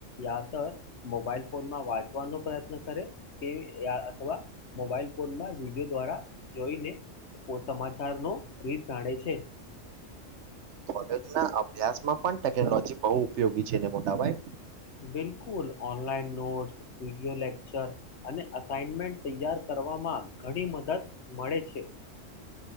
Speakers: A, on the left; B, on the right.
A: યાતર મોબાઈલ ફોનમાં વાંચવાનો પ્રયત્ન કરે કે અથવા મોબાઈલ ફોનમાં વિડીયો દ્વારા જોઈને તો સમાચારનો રીત જાણે છે.
B: કોલેજના અભ્યાસમાં પણ ટેકનોલોજી બહુ ઉપયોગી છેને મોટા ભાઈ?
A: બિલકુલ ઓનલાઈન નોટ્સ, વીડીઓ લેક્ચર અને અસાઇનમેન્ટ તૈયાર કર કરવામાં ઘણી મદદ મળે છે.